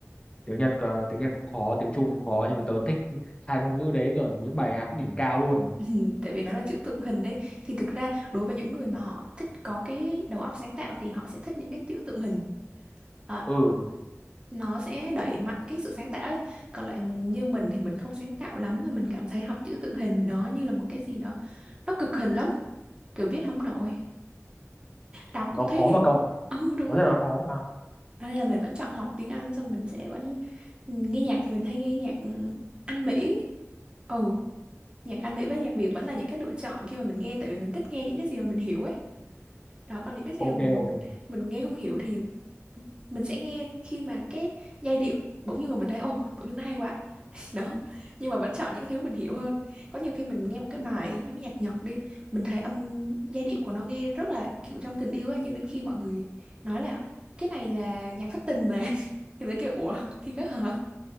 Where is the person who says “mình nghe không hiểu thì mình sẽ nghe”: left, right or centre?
Right